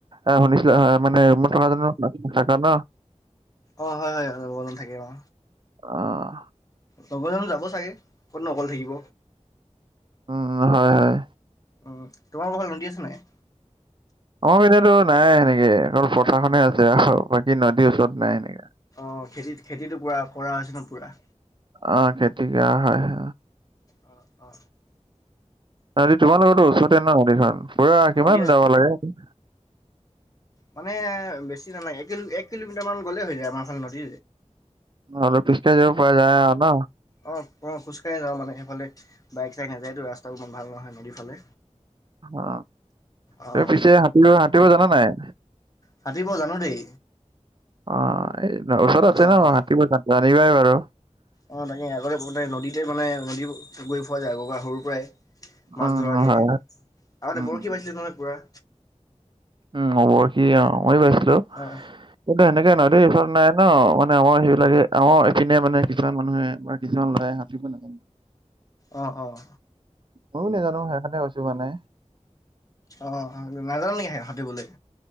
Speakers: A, on the right; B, on the left.
A: আ শুনিছ অ মানে ৰুমত থাকাজনঅ থাকা ন
B: অ হয় হয় হয় লগজন থাকে অ
A: অহ,
B: লগজন যাব যাব চাগে ক'ত নো অকলে থাকিব
A: উম হয় হয়
B: উম তোমালোকৰ ফালে নদী আছে নাই
A: আমাৰ পিনেটো নাই এনেকে অকল পথাৰখনে আছে বাকী নদীৰ ওচৰত নাই সেনেকা
B: অ খেতি খেতিটো পুৰা কৰা হৈছে ন পুৰা
A: অ খেতি কৰা হয়
B: অ অ
A: অ এটো তোমালোকৰ টো ওচৰতে ন নদীখন পুৰা
B: অ',
A: কিমান
B: নদীয়ে
A: যাব লাগে
B: মানে বেছি নালাগে এক এক কিলোমিটাৰ মান গ'লে হৈ যায় আমাৰ ফালে নদী
A: অলপ খোজকাঢ়ি যাব পৰা যায় আৰু ন?
B: অ অ অ খোজ কাঢ়ি যাওঁ মানে সেইফালেই বাইক চাইক নাযায়তো ৰাস্তাও ইমান ভাল নহয় নদীৰ ফালে
A: অ
B: অ',
A: ত পিছে সাতব সাতুৰিব জানা নাই
B: সাতুইব জানো দেই
A: অ এই ওচৰতে আছে
B: অ'।
A: ন সাতুৰিব জানিবাই বাৰু
B: অ তাকে আগতে সৰুতে নদীতে মানে নদী গৈ পোৱা যাই সৰুৰ পৰাই
A: উম,
B: মাছ ধৰাগে
A: হয়।
B: আগতে
A: উম।
B: বৰশী বাইছিলো নহয় পুৰা
A: উম হ'ব সি অ মই বাইছিলো
B: অ',
A: কিন্তু সেনেকে নদী ওচ নাই ন মানে আমাৰ সেইবিলাকে আমাৰ এপিনে মানে কিছুমান মানুহে বা কিছুমান ল'ৰাই সাতুইব নাজানে
B: <inaudible> অঁ অঁ।
A: ময়ো নেজানো সেইকাৰণে কৈছো মানে।
B: অঁ অ নাজান নেকি সাঁতুৰিবলৈ?